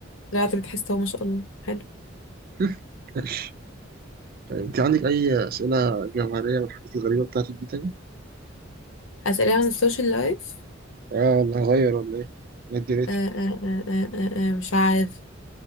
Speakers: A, on the left; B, on the right.
A: لا انت بتحس اهو ما شاء الله حلو
B: <laughs> ماشي طيب انت عندك اي اسئله جوهريه من الحاجات الغريبه بتاعتك دي تاني
A: اسئله عن السوشيال لايف
B: اه والله غير ولا ايه ندي ريتي
A: آه آه آه آه آه آه، مش عارف